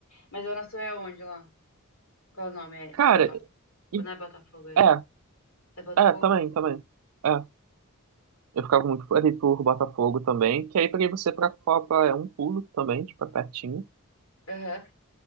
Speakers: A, on the left; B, on the right.
A: mas Zona Sul é onde lá? Qual é o nome? É,
B: Cara,
A: é Botafogo.
B: e,
A: Não é Botafogo, é,
B: é,
A: é Botafogo?
B: é, também, também. é Eu ficava muito ali por Botafogo também, que aí pra você pra Copa é um pulo também, tipo, é pertinho.
A: Aham.